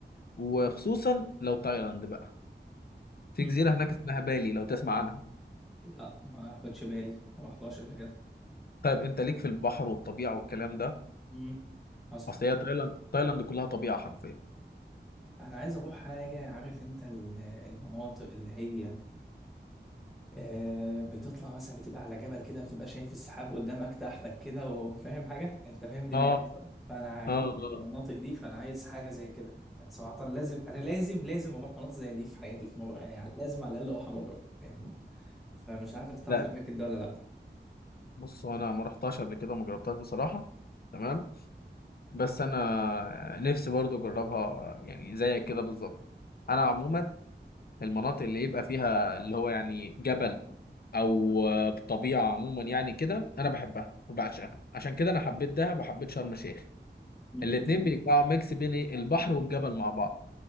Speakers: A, on the left; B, in the centre.
A: وخصوصا لو تايلاند بقى في
B: مم.
A: جزيره هناك اسمها بالي لو تسمع عنها
B: لا ما اخدش بالي ما رحتهاش قبل كده
A: طيب انت ليك في البحر والطبيعه والكلام ده
B: مم. حصل
A: اصل هي تايلاند تايلاند كلها طبيعه حرفيا
B: انا عايز اروح حاجه عارف انت ال- المناطق اللي هي آه، بتطلع مثلا بتبقى على جبل كده بتبقى شايف السحاب قدامك تحتك كده وفاهم حاجة انت فاهم دماغي
A: اه
B: صح فانا عاجبني
A: اه
B: المناطق
A: اه
B: دي فانا عايز حاجة زي كده يعني صراحة لازم انا لازم لازم اروح مناطق زي دي في حياتي في مرة يعني على- لازم على الاقل اروح مرة فاهمني فمش عارف انت تعرف
A: لا
B: الاماكن دي ولا لا
A: بص هو انا ما رحتهاش قبل كده وما جربتهاش بصراحه تمام بس انا نفسي برضو اجربها يعني زيك كده بالظبط انا عموما المناطق اللي يبقى فيها اللي هو يعني جبل او آه، طبيعه عموما يعني كده انا بحبها وبعشقها عشان كده انا حبيت دهب وحبيت شرم الشيخ
B: م-
A: الاتنين
B: م.
A: بيجمعوا ميكس بين ايه البحر والجبل مع بعض